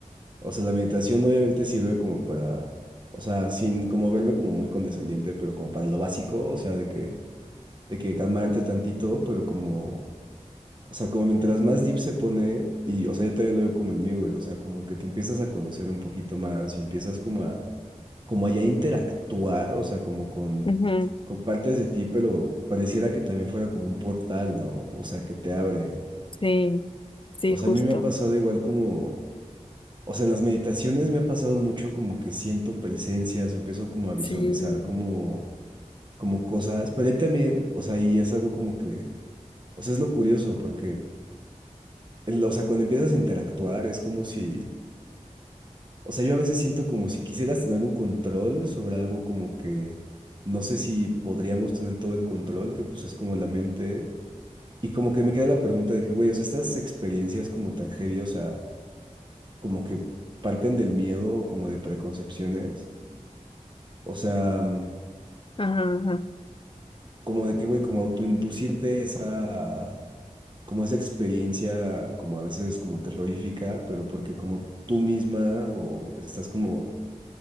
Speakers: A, on the right; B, on the left.
A: O sea, la meditación obviamente sirve como para, o sea, sin como verme como muy condescendiente, pero como para lo básico, o sea, de que, de que calmarte tantito, pero como, o sea, como mientras más deep se pone, y, o sea, yo también lo veo como en mí, güey, o sea, como que te empiezas a conocer un poquito más y empiezas como a, como a ya interactuar, o sea, como con,
B: Ujú.
A: con partes de ti, pero pareciera que también fuera como un portal, ¿no? O sea, que te abre.
B: Sí, sí,
A: O
B: justo.
A: sea, a mí me ha pasado igual como O sea, en las meditaciones me ha pasado mucho como que siento presencias o empiezo como a visualizar
B: Sí.
A: como, como cosas, pero ahí también, o sea, ahí es algo como que, o sea, es lo curioso porque, el- o sea, cuando empiezas a interactuar es como si, o sea, yo a veces siento como si quisieras tener un control sobre algo como que, no sé si podríamos tener todo el control, que pues es como la mente, y como que me queda la pregunta de que, güey, o sea, estas experiencias como tan heavy, o sea, como que parten del miedo o como de preconcepciones. O sea, mm,
B: Ajá, ajá.
A: como de que, güey, como autoinducirte esa, como esa experiencia, como a veces como terrorífica, pero porque como tú misma o estás como,